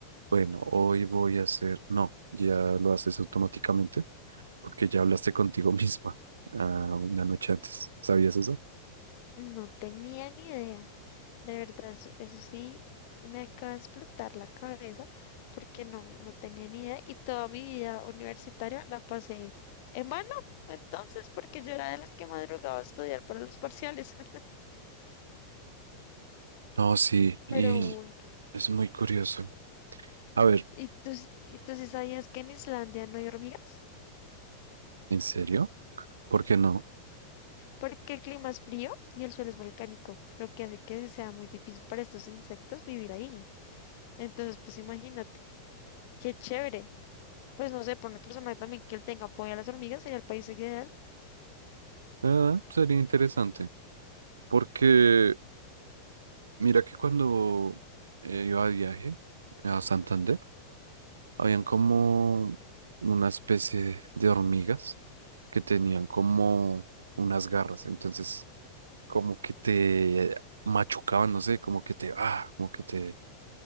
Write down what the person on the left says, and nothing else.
No tenía ni idea. De verdad, eso, eso sí me acaba de explotar la cabeza porque no, no tenía ni idea y toda mi vida universitaria la pasé en mano, entonces, porque yo era de las que madrugaba a estudiar para los parciales. <laughs>
Pero bueno,
¿y tú, s- y tú sí sabías que en Islandia no hay hormigas?
Porque el clima es frío y el suelo es volcánico, lo que hace que sea muy difícil para estos insectos vivir ahí. Entonces, pues imagínate, qué chévere. Pues no sé, por una persona también que él tenga fobia a las hormigas sería el país ideal.